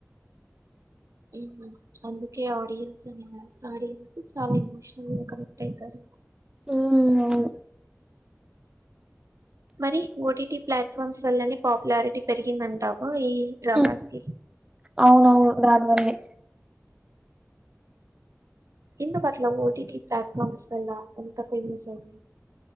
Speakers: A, on the right; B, on the right.
A: ఉహు అందుకే ఆడియన్స్ అనే ఆడియన్స్ చాలా ఎమోషనల్ గా కనెక్ట్ అయితారు
B: ఉ అవును
A: మరి ఓటీటీ ప్లాట్ఫామ్స్ వల్లనే పాపులారిటీ పెరిగిందంటావా ఈ డ్రామాస్
B: మ్మ్.
A: కి
B: అవునవును దానివల్లే
A: ఎందుకు అట్లా ఓటిటి ప్లాట్ఫార్మ్స్ వల్ల అంత ఫేమస్ అయింది